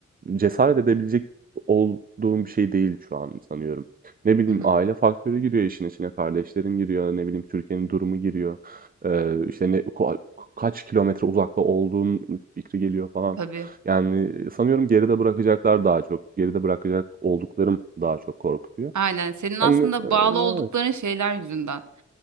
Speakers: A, on the right (about 30°); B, on the right (about 75°).
A: cesaret edebilecek olduğum bir şey değil şu an sanıyorum. Ne bileyim,
B: Hı hı.
A: aile faktörü giriyor işin içine, kardeşlerim giriyor, ne bileyim, Türkiye'nin durumu giriyor. Eee, işte, ne ko kaç kilometre uzakta olduğun fikri geliyor falan.
B: Tabii.
A: Yani, sanıyorum geride bırakacaklar daha çok, geride bırakacak olduklarım daha çok korkutuyor.
B: Aynen. Senin aslında
A: Hani, eee,
B: bağlı
A: evet.
B: oldukların şeyler yüzünden.